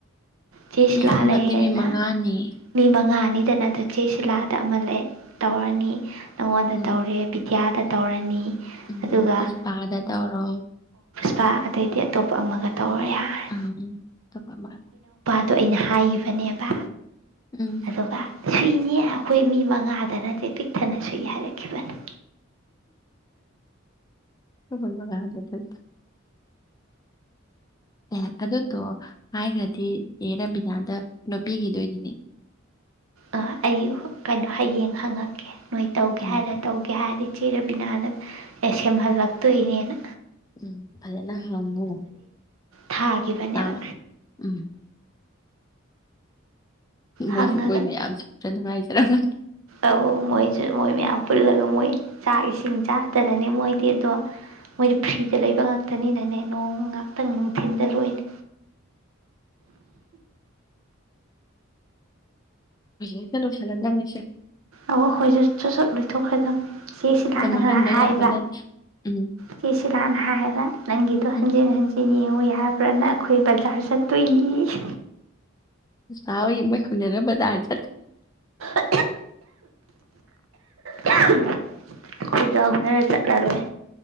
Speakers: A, on the right; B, on the left.
A: ꯆꯦ ꯁꯤꯂꯥ
B: ꯃꯤ ꯑꯍꯨꯝ
A: ꯂꯩꯌꯦꯅ
B: ꯅꯠꯇꯦ ꯃꯤ ꯃꯉꯥꯅꯤ
A: ꯃꯤ ꯃꯉꯥ ꯅꯩꯗꯅ ꯑꯗꯨ ꯆꯦ ꯁꯤꯂꯥꯗ ꯑꯃ ꯂꯩ ꯇꯧꯔꯅꯤ ꯅꯉꯣꯟꯗ
B: ꯎꯝ
A: ꯇꯧꯔꯦ ꯕꯤꯗ꯭ꯌꯗꯥ ꯇꯧꯔꯅꯤ
B: ꯎꯝ
A: ꯑꯗꯨꯒ
B: ꯄꯨꯁꯄꯥꯗ ꯇꯧꯔꯣ
A: ꯇ ꯑꯗꯩꯗꯤ ꯑꯇꯣꯞꯄ ꯑꯃꯒ ꯇꯧꯔ ꯌꯥꯔꯦ
B: <unintelligible> ꯊꯥꯕ ꯃꯠ
A: ꯗꯣ ꯑꯩꯅ ꯍꯥꯏꯒꯤꯕꯅꯦꯕ
B: ꯎꯝ
A: ꯑꯗꯨꯒ ꯁꯨꯏꯅꯦ ꯑꯈꯣꯏ ꯃꯤ ꯃꯉꯥꯗ ꯅꯠꯇꯦ ꯄꯤꯛ ꯊꯟꯅ ꯁꯨꯏ ꯍꯥꯏꯔꯛꯈꯤꯕꯅꯦ
B: <unintelligible> ꯑꯦ ꯑꯗꯨꯗꯣ ꯍꯥꯏꯒ꯭ꯔꯗꯤ ꯆꯦ ꯔꯕꯤꯅꯥꯗ ꯅꯨꯄꯤꯒꯤ ꯗꯣꯏꯗꯤꯅꯦ
A: ꯑꯥ ꯑꯩ ꯍꯣ ꯀꯩꯅꯣ ꯍꯌꯦꯡ ꯍꯪꯉꯛꯀꯦ ꯅꯣꯏ ꯇꯧꯒꯦ
B: ꯎꯝ
A: ꯍꯥꯏꯔ ꯇꯧꯒꯦ ꯍꯥꯏꯔꯤ ꯆꯦ ꯔꯕꯤꯅꯥꯗ ꯑꯦ ꯁꯦꯝꯍꯜꯂꯛ ꯇꯣꯏꯅꯦꯅ
B: ꯎꯝ ꯐꯖꯅ ꯍꯪꯉꯣ
A: ꯊꯥꯈꯤꯕꯅꯦꯕ
B: ꯇꯥꯡꯅ ꯎꯝ ꯎꯝ ꯃꯣꯏꯁꯨ
A: ꯍꯪꯉꯒ
B: ꯃꯣꯏ ꯃꯌꯥꯝꯁꯨ ꯈ꯭ꯔ ꯅꯨꯡꯉꯥꯏꯖꯦ <unintelligible>
A: ꯑꯧ ꯃꯣꯏꯁꯨ ꯃꯣꯏ ꯃꯌꯥꯝ ꯄꯨꯜꯂꯒ ꯃꯣꯏ ꯆꯥꯛ ꯏꯁꯤꯡ ꯆꯥꯗꯅꯅꯦ ꯃꯣꯏꯗꯤ ꯑꯗꯣ ꯃꯣꯏꯗꯤ ꯐ꯭ꯔꯤꯗ ꯂꯩꯕ ꯉꯥꯛꯇꯅꯤꯅꯅꯦ ꯅꯣꯡꯃ ꯉꯥꯛꯇꯪ ꯅꯨꯡꯊꯤꯟꯗ ꯂꯣꯏ <inaudible>
B: ꯍꯧꯖꯤꯒ ꯍꯦꯇ ꯂꯣꯏꯁꯜꯂꯗꯝ ꯅꯤꯁꯦ
A: ꯑꯣ ꯈꫭꯏꯁꯨ ꯆꯠ ꯆꯠ ꯂꫭꯏꯊꫭꯛꯈ꯭ꯔꯗꯝꯅꯦ ꯆꯦ ꯁꯤꯂꯥꯅ
B: ꯃꯇꯝ ꯃꯥꯡꯍꯟꯕ
A: ꯉꯥꯍꯥꯟ ꯍꯥꯏꯕ
B: ꯌꯥꯕ ꯅꯠꯇꯦ ꯎꯝ
A: ꯆꯦ ꯁꯤꯂꯥꯅ ꯍꯥꯏꯕ ꯅꯪꯒꯤꯗꯣ ꯍꯟꯖꯤꯟ
B: ꯎꯝ
A: ꯍꯟꯖꯤꯟ ꯑꫭ ꯌꯥꯕ ꯅꯠ ꯑꯈꯣꯏ ꯕꯖꯥꯔ ꯆꯠꯇꯣꯏꯅꯤ <inaudible>
B: ꯁꯥꯥꯎ ꯃ ꯈꯅꯔꯦꯕꯖꯥ <inaudible>
A: <inaudible> <inaudible> ꯑꯩꯈꯣꯏ ꯖꯥꯎꯅꯔ ꯆꯠꯂꯔꯣꯏ